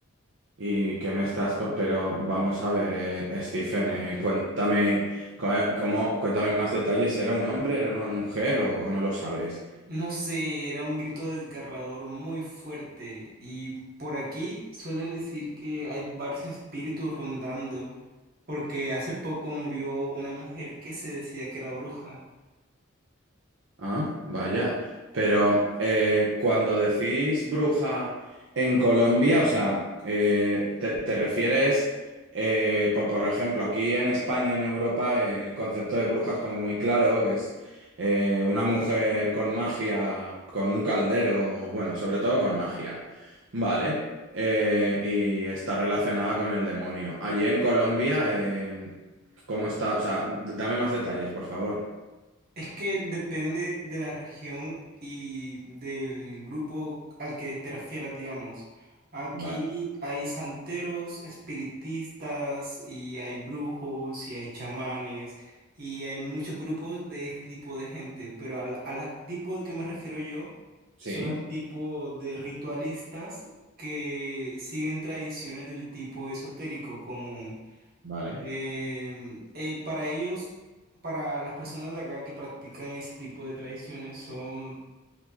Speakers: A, on the right (about 65°); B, on the right (about 45°).
A: y qué me estás, co- pero vamos a ver, eh, Stephen, eh, cuéntame, co- eh, cómo, cuéntame más detalles, ¿era un hombre, era una mujer o, o no lo sabes?
B: No sé, era un grito desgarrador muy fuerte. Y por aquí suelen decir que hay varios espíritus rondando, porque hace poco murió una mujer que se decía que era bruja.
A: Ah, vaya. Pero eh, cuando decís bruja en Colombia, o sea, eh, te, te refieres, eh, po- por, ejemplo, aquí en España, en Europa, eh, el concepto de bruja es como muy claro, que es eh, una mujer con magia, con un caldero, bueno, sobre todo con magia, ¿vale? Eh, y está relacionada con el demonio. Allí en Colombia, eh, ¿cómo está? O sea, d- dame más detalles, por favor.
B: Es que depende de la región y del grupo al que te refieras, digamos. Aquí
A: Vale.
B: hay santeros, espiritistas, y hay brujos, y hay chamanes, y hay muchos grupos de este tipo de gente, pero al, al tipo de que me refiero yo
A: Sí.
B: son al tipo de ritualistas que siguen tradiciones del tipo esotérico, como
A: Vale,
B: Em, eh, para ellos, para las personas de acá que practican ese tipo de tradiciones, son